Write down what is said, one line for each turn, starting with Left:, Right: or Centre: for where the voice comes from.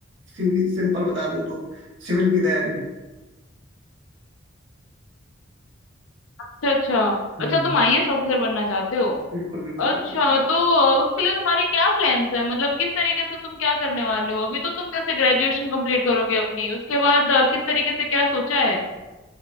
Right: सीधी- सिंपल बता दूं तो सिविल की तैयारी
Left: अच्छा अच्छा
Right: हम्म
Left: अच्छा तुम आईएएस ऑफिसर बनना चाहते हो
Right: बिल्कुल बिल्कुल
Left: अच्छा
Right: बिल्कुल।
Left: तो अ, उसके लिए तुम्हारे क्या प्लान्स हैं मतलब किस तरीके से तुम क्या करने वाले हो अभी तो तुम जैसे ग्रेजुएशन कंप्लीट करोगे अपनी उसके बाद अ, किस तरीके से क्या सोचा है